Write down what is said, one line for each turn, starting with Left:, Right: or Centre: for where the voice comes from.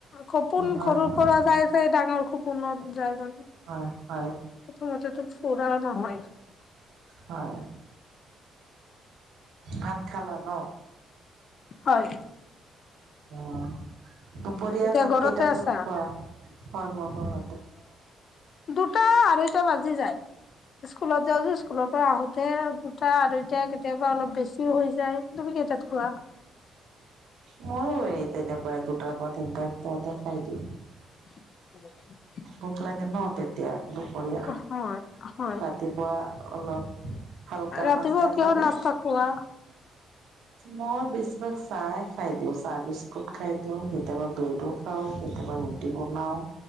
Left: কপোন
Right: হয়
Left: সৰুৰ
Right: হয়
Left: পৰা চাই চাই ডাঙৰ খু কোনো জায়গা ন প্ৰথমতেো
Right: হয় হয়
Left: ফোৰাও নহয়
Right: হয় ভাত খালা ন
Left: হয়
Right: অ দুপৰীয়াৰ
Left: এতিয়া
Right: ভাত
Left: ঘৰতে
Right: কেইটা বজাত
Left: আছা
Right: খোৱা হয় মই ঘৰতে
Left: দুটা আঢ়ৈটা বাজি যায় স্কুলত যাওঁছো স্কুলৰ পৰা আহোতে দুটা আৰু এতিয়া কেতিয়াবা অলপ বেছিও হৈ যায় তুমি কেই তাত খোৱা
Right: মই এই তেনেকুৱাই দুটাৰ পৰা তিনিটাৰ ভিতৰতে খাই দিওঁ।
Left: <unintelligible>
Right: ভোক লাগে নহ তেতিয়া দুপৰীয়া
Left: হয় হয়
Right: ৰাতিপুৱা। অলপ হালকা
Left: ৰাতিপুৱা
Right: নাস্তা
Left: কিহৰ
Right: খালে।
Left: নাস্তা খোৱা
Right: মই বেছিভাগ চাহ খাই দিওঁ চাহ বিস্কুট খাই দিওঁ কেতিয়াবা ব্ৰেডো। খাওঁ কেতিয়াবা ৰুটি বনাওঁ।